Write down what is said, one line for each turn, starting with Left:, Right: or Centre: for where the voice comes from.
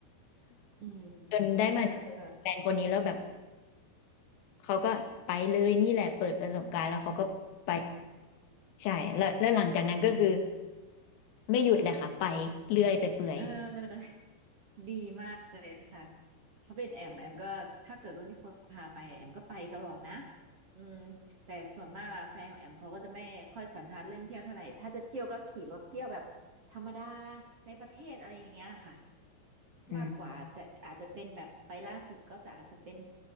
Right: อืม
Left: จนได้มาเจอแฟนคนนี้แล้วแบบ
Right: <laughs> เออเออ
Left: เขาก็ไปเลยนี่แหละเปิดประสบการณ์แล้วเขาก็ไปใช่แล้วแล้วหลังจากนั้นก็คือไม่หยุดเลยค่ะไปเรื่อยไปเปื่อย
Right: <laughs> เออ ดีมากเลยค่ะถ้าเป็นแอมแอมก็ถ้าเกิดว่ามีคนพาไปแอมก็ไปตลอดนะอืมแต่ส่วนมากอะแฟนของแอมเขาก็จะไม่ค่อยสันทัดเรื่องเที่ยวเท่าไหร่ถ้าจะเที่ยวก็ขี่รถเที่ยวแบบธรรมดาในประเทศอะไรอย่างเงี้ยค่ะ
Left: อืม
Right: มากกว่าแต่อาจจะเป็นแบบไปล่าสุดก็จะอาจจะเป็น